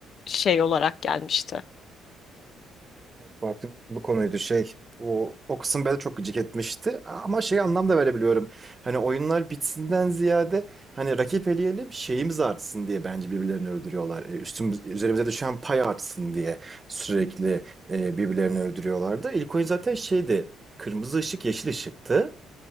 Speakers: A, on the left (about 55°); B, on the right (about 25°).
A: şey olarak gelmişti.
B: farklı bir konuydu şey. O, o kısım beni çok gıcık etmişti. Ama şey anlamda verebiliyorum. Hani oyunlar bitsinden ziyade hani rakip eleyelim şeyimiz artsın diye bence birbirlerini öldürüyorlar. E, Üstümüz, üzerimize düşen pay artsın diye sürekli e, birbirlerini öldürüyorlardı. İlk oyun zaten şeydi. Kırmızı ışık yeşil ışıktı.